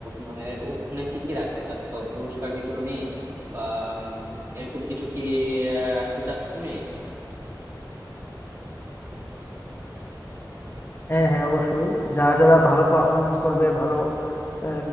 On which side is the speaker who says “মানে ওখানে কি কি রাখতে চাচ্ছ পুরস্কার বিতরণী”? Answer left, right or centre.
Right